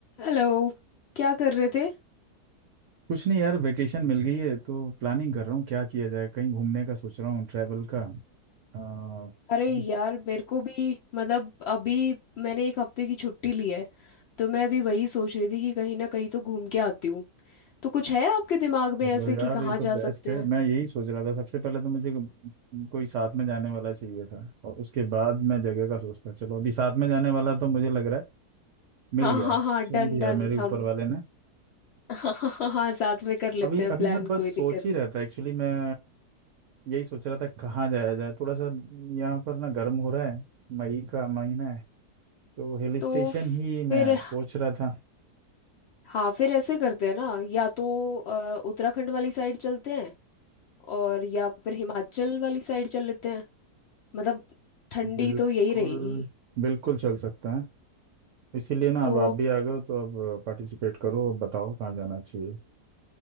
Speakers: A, on the left; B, on the right.
A: Hello क्या कर रहे थे
B: कुछ नहीं यार वेकेशन मिल गई है तो प्लानिंग कर रहा हूँ क्या किया जाए कहीं घूमने का सोच रहा हूँ ट्रैवल का आ,
A: अरे
B: अभी
A: यार मेरे को भी मतलब अभी मैंने एक हफ्ते की छुट्टी ली है तो मैं अभी वही सोच रही थी कि कहीं ना कहीं तो घूम के आती हूँ तो कुछ है आपके दिमाग
B: चलो
A: में ऐसे
B: यार
A: कि कहाँ
B: ये तो
A: जा
B: बेस्ट
A: सकते
B: है
A: हैं
B: मैं यही सोच रहा था सबसे पहले तो मुझे कोई साथ में जाने वाला चाहिए था और उसके बाद मैं जगह का सोचता चलो अभी साथ में जाने वाला तो मुझे लग रहा है मिल
A: हाँ
B: गया
A: हाँ हाँ
B: सुन
A: डन
B: लिया
A: डन
B: मेरे
A: हम
B: ऊपर वाले ने
A: <laughs> हाँ हाँ हाँ हाँ, साथ में कर लेते
B: अभी
A: हैं
B: अभी
A: प्लान
B: मैं बस
A: कोई
B: सोच
A: दिक्कत
B: ही
A: नहीं
B: रहा था एक्चुअली मैं यही सोच रहा था कहाँ जाया जाए थोड़ा सा यहाँ पर ना गर्म हो रहा है मई का महीना है तो हिल
A: तो
B: स्टेशन
A: फिर
B: ही मैं सोच रहा था
A: हाँ फिर ऐसे करते हैं ना या तो अ, उत्तराखंड वाली साइड चलते हैं और या फिर हिमाचल वाली साइड चल लेते हैं मतलब ठंडी
B: बिल्कुल
A: तो यही रहेगी
B: बिल्कुल चल सकते हैं इसीलिए ना
A: तो
B: अब आप भी आ गए हो तो अब पार्टिसिपेट करो अब बताओ कहाँ जाना चाहिए